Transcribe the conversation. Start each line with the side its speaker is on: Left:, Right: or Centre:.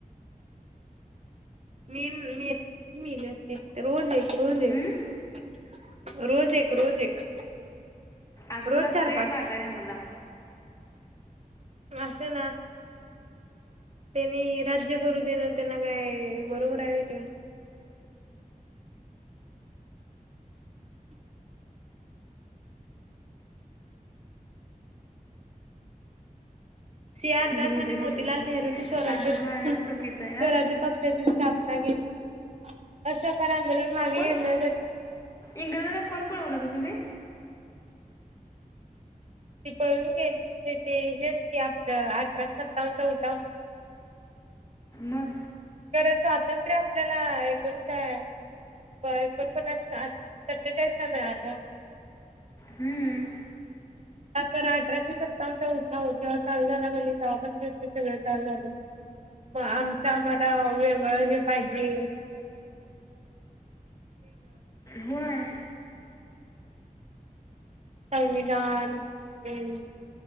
Right: मीन म मेली असते रोज एक रोज
Left: हम्म?
Right: एक. <inaudible> रोज एक, रोज एक.
Left: आसं
Right: रोज
Left: कुठं असतेय
Right: चार पाच
Left: माघा रे आमला-
Right: असे ना- त्यांनी राज्य करू देणं त्यांना काय बरोबर आहे ते- सी आर
Left: म्हणजे
Right: दास आणि मोतीलाल
Left: करून
Right: नेहरूंनी स्वराज्य
Left: असं
Right: स्वराज्य
Left: मागा चुकीचं आहे हा
Right: पक्षाची स्थापना केली. असहकार आंदोलन मागे
Left: कोण
Right: घेण्या-
Left: इंग्रजांना कोण पळवलं ग सुमे?
Right: ती पळून गेली. ते हेच की आपलं अठरा सत्तावन् चा उठाव.
Left: म.
Right: खर स्वातंत्र्य आपल्याला एकोण काय एकोण पन्नास सत्तेचाळीस ला मिळालं.
Left: हम्म
Right: आ तर अठराशे सत्तावनचा उठाव जेव्हा चालू झाला तेव्हापासन सगळं चालू झालं म आमचं आम्हाला वेगळं हे पाहिजे.
Left: होय.
Right: संविधान एन